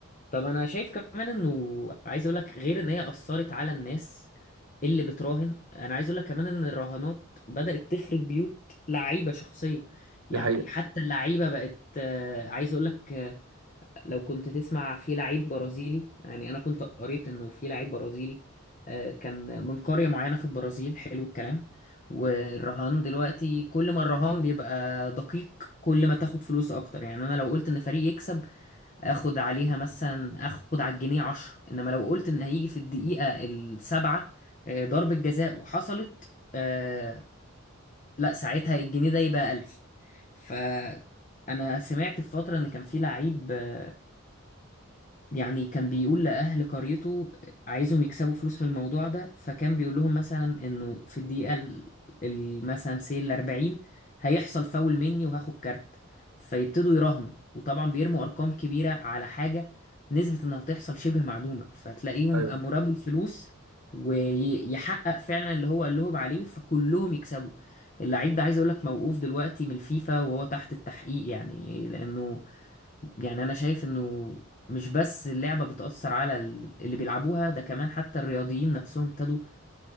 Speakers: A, on the left (about 35°); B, on the right (about 85°).
A: طب انا شايف كمان انه عايز اقول لك غير ان هي اثرت على الناس اللي بتراهن انا عايز اقول لك كمان ان الرهانات بدأت تخرب بيوت لعيبة شخصية يعني
B: دي حقيقه
A: حتى اللعيبة بقت آه، عايز اقول لك لو كنت تسمع في لعيب برازيلي يعني انا كنت قريت انه في لعيب برازيلي آه، كان من قرية معينة في البرازيل حلو الكلام والرهان دلوقتي كل ما الرهان بيبقى دقيق كل ما تاخد فلوس اكتر يعني انا لو قلت ان فريق يكسب اخد عليها مثلا اخد على الجنيه عشرة انما لو قلت ان هيجي في الدقيقة السابعة آه، ضربة جزاء وحصلت آه، لا ساعتها الجنيه ده يبقى ألف فأنا سمعت في فترة إن كان في لعيب آه، يعني كان بيقول لأهل قريته عايزهم يكسبوا فلوس من الموضوع ده فكان بيقول لهم مثلا إنه في الدقيقة ال- ال- مثلا سي الأربعين هيحصل فاول مني وهاخد كارت فيبتدوا يراهنوا وطبعا بيرموا أرقام كبيرة على حاجة نسبة إنها تحصل شبه معدومة فتلاقيهم
B: أيوه.
A: قاموا رموا الفلوس ويحقق فعلا اللي هو قال لهم عليه فكلهم يكسبوا اللعيب ده عايز أقول لك موقوف دلوقتي من الفيفا وهو تحت التحقيق يعني لأنه يعني انا شايف انه مش بس اللعبة بتأثر على ال- اللي بيلعبوها ده كمان حتى الرياضيين نفسهم ابتدوا